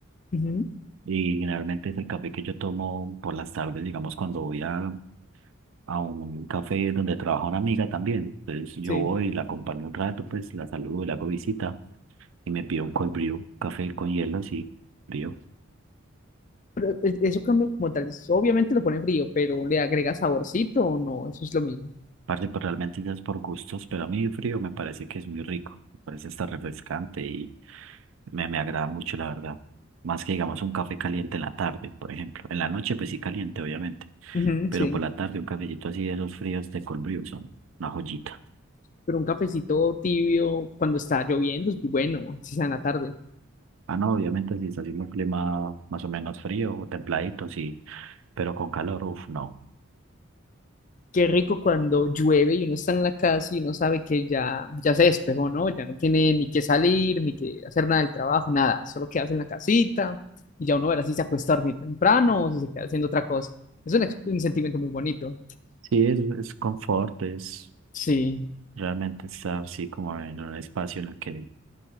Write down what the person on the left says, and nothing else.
Ujú,
sí.
Pero e- eso cambia como tal. Obviamente lo pone frío, pero ¿le agrega saborcito o no? Eso es lo mismo.
Ujú,
sí.
Pero un cafecito tibio cuando está lloviendo es muy bueno, si sea en la tarde.
Qué rico cuando llueve y uno está en la casa y uno sabe que ya, ya se despejó, ¿no? Ya no tiene ni que salir, ni que hacer nada del trabajo, nada. Solo quedarse en la casita y ya uno verá si se acuesta a dormir temprano o si se queda haciendo otra cosa. Es un, ex- un sentimiento muy bonito.
Sí,